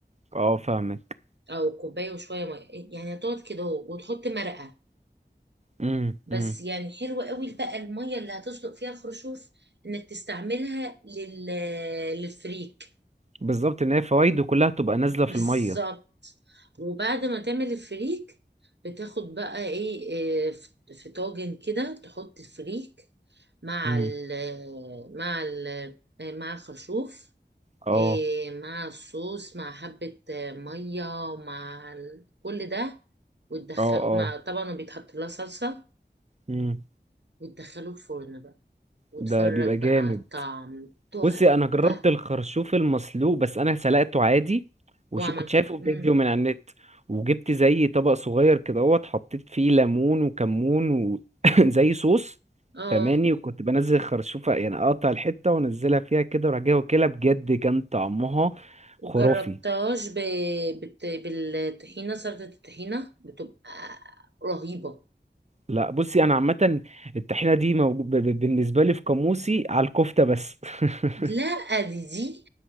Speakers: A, on the right (about 40°); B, on the right (about 75°).
A: اه فاهمك
B: أو كوباية وشوية مية يعني هتقعد كده اهو وتحط مرقة
A: امم
B: بس
A: امم
B: يعني حلوة قوي بقى المية اللي هتسلق فيها خرشوف انك تستعملها لل... للفريك
A: بالظبط ان هي فوايده كلها تبقى نازله
B: بالظبط
A: في الميه
B: وبعد ما تعمل الفريك بتاخد بقى ايه إيه، في في طاجن كده تحط الفريك مع
A: امم
B: ال مع ال آه، مع الخرشوف
A: اه
B: إيه، مع الصوص مع حبة آه، مية مع ال- كل ده وتدخله
A: اه اه
B: مع طبعا بيتحط لها صلصة
A: مم.
B: وتدخله الفرن بقى واتفرج
A: ده بيبقى
B: بقى
A: جامد
B: على الطعم تحفة
A: بصي انا جربت الخرشوف المسلوق بس انا سلقته عادي وشو
B: واعمل
A: كنت شايفه في
B: مم.
A: فيديو من على النت وجبت زي طبق صغير كده اهوت حطيت فيه ليمون وكمون و... <laughs> <coughs> زي صوص
B: اه
A: فماني وكنت بنزل خرشوفة يعني اقطع الحتة وانزلها فيها كده وراح جاي واكلها بجد كان طعمها
B: وجربتهاش
A: خرافي
B: ب... بت... بالطحينة سلطة الطحينة بتبقى رهيبة
A: لا بصي انا عامة الطحينة دي موجو... ب... ب- بالنسبة لي في قاموسي على الكفتة بس <laughs>
B: لا دي دي